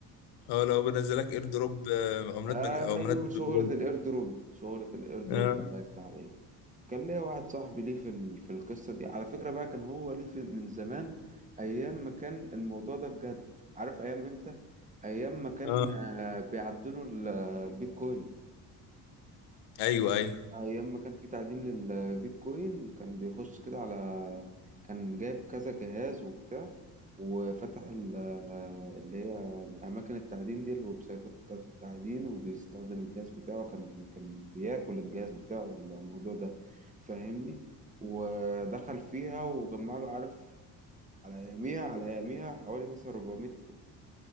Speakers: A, on the left; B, on the right.
A: اه لو بنزلك اير دروب آه، عملات
B: ايوه
A: مج... عملات
B: شغلة
A: ببلاش
B: الايردروب شغلة الايردروب
A: اه
B: الله يفتح عليك كان ليا واحد صاحبي ليه في ال- في القصة دي على فكرة بقى كان هو ليه في من زمان ايام ما كان الموضوع ده بجد عارف ايام امتى ايام ما كان
A: اه
B: آه، بيعدنوا ال- البيتكوين
A: ايوه ايوه
B: ايام ما كان في تعدين للبيتكوين كان بيخش كده على كان جايب كذا جهاز وبتاع وفتح ال- اللي هي اماكن التعدين دي الويب سايتات بتاعه التعدين وبيستخدم الجهاز بتاعه كان كان بياكل الجهاز بتاعه الموضوع ده فاهمني ودخل فيها وجمع له عارف على اياميها على اياميها حوالي مثلا 400